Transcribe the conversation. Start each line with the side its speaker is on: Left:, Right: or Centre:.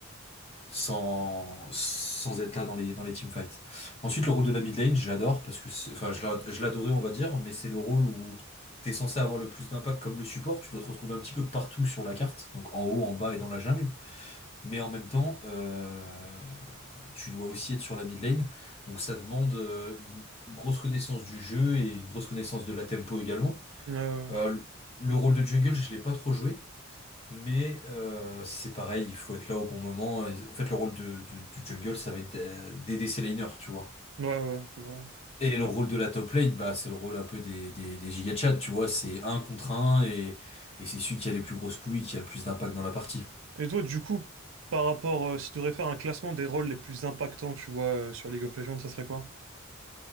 Left: sans sans être là dans les dans les teamfights. Ensuite, le rôle de la mid lane, je l'adore parce que c'est- enfin je l'a- je l'adorais on va dire, mais c'est le rôle où t'es censé avoir le plus d'impact comme le support, tu dois te retrouver un petit peu partout sur la carte, donc en haut, en bas et dans la jungle, mais en même temps euh, tu dois aussi être sur la mid lane, donc ça demande euh, une, une grosse connaissance du jeu et une grosse connaissance de la tempo également.
Right: euh,
Left: Euh, le rôle de jungle, je l'ai pas trop joué. Mais euh, c'est pareil, il faut être là au bon moment. Et En fait, le rôle de- du, du jungle, ça va être d'a- d'aider ses laners, tu vois.
Right: ouais, ouais, ouais. ouais.
Left: Et
Right: clairement.
Left: le rôle de la top lane, bah, c'est le rôle un peu des, des, des giga chats, tu vois. C'est un contre un et, et c'est celui qui a les plus grosses couilles, qui a le plus d'impact dans la partie.
Right: Et toi, du coup, par rapport, euh, si tu devrais faire un classement des rôles les plus impactants, tu vois, euh, sur League of Legends, ça serait quoi?